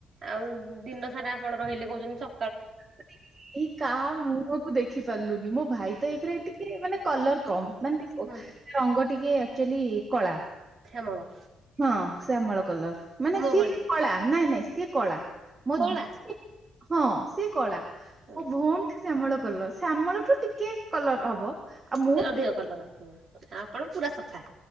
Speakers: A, on the right (about 50°); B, on the right (about 30°).
A: ଆଉ ଦିନ ସାରା ଆପଣ ରହିଲେ କୋହୁଚନ୍ତି ସ
B: <inaudible> କାହା ମୁହଁକୁ ଦେଖି ପାରିଲୁନି ମୋ ଭାଇ ତ ଏକରେ ଟିକେ ମାନେ କଲର କମ୍ ମାନେ କ
A: ହୁଁ
B: କି ରଙ୍ଗ ଟିକେ ଆକ୍ଚୁଆଲି କଳା।
A: ଶ୍ୟାମଳ।
B: ହଁ ଶ୍ୟାମଳ କଲର। ମାନେ
A: ମୋ
B: ସିଏ
A: ଭଳି
B: କଳା ନାଇଁ ନାଇଁ ସିଏ କଳା ମ
A: କଳା
B: <inaudible> ହଁ ସିଏ କଳା।
A: ହଁ।
B: ମୋ ଭଉଣୀ ଟା ଶ୍ୟାମଳ କଲର ଶ୍ୟାମଳଠୁ ଟିକେ କଲର ହବ। ଆଉ ମୁଁ
A: ବି ଅଧିକ କଲର ହଁ ଆପଣ ପୁରା ସଫା?